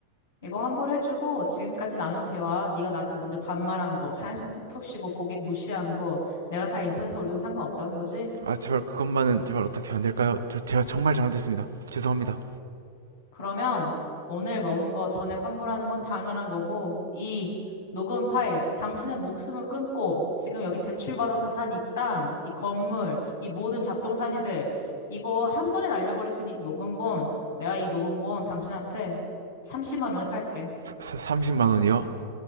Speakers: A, on the left; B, on the right.
A: 이거 환불해주고 지금까지 나눈 대화 네가 나한테 먼저 반말한 거 한숨 푹푹 쉬고 고객 무시한 거 내가 다 인터넷에 올려도 상관없다는 거지?
B: 아, 제발 그것만은 제발 어떻게 안 될까요? 저 제가 정말 잘못했습니다. 죄송합니다.
A: 그러면 오늘 먹은 거 전액 환불하는 건 당연한 거고 이 녹음 파일 당신의 목숨을 끊고 지금 여기 대출받아서 산 이 땅, 이 건물, 이 모든 잡동사니들 이거 한 번에 날려버릴 수 있는 이 녹음본 내가 이 녹음본 당신한테 30만 원에 팔게.
B: 사, 사, 30만 원이요?